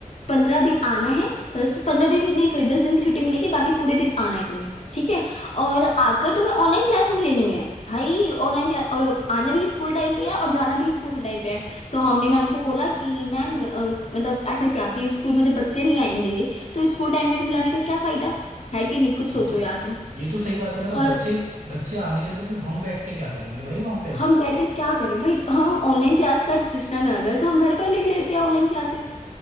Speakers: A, on the left; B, on the right.
A: पंद्रह दिन आना है बस पंद्रह दिन की नहीं सॉरी दस दिन की छुट्टी मिलेगी बाकी पूरे दिन आना है तुम्हें ठीक है और आकर तुम्हें ऑनलाइन क्लासेस लेनी है भाई ऑनलाइन क्लास और आना भी स्कूल टाइम पे है और जाना भी स्कूल टाइम पे है तो हमने मैम को बोला कि मैम अ, मतलब ऐसा क्या कि स्कूल में जब बच्चे नहीं आएंगे तो स्कूल टाइम में बुलाने का क्या फायदा है कि नहीं खुद सोचो
B: हाँ
A: यार तुम
B: ये तो सही बात है मतलब
A: और
B: बच्चे बच्चे आ नहीं रहे तो फिर हम बैठ के क्या करेंगे भाई वहां पे
A: हम बैठकर क्या करें भाई हम ऑनलाइन क्लास का सिस्टम है अगर तो हम घर पर लेके ले लेते हैं ऑनलाइन क्लासेस